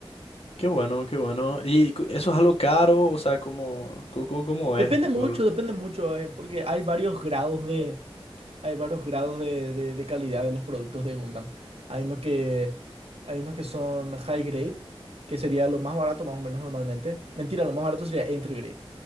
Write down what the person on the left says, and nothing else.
Qué bueno, qué bueno. ¿Y cu- eso es algo caro? O sea, ¿cómo, cómo co- cómo
es? Tipo,
el-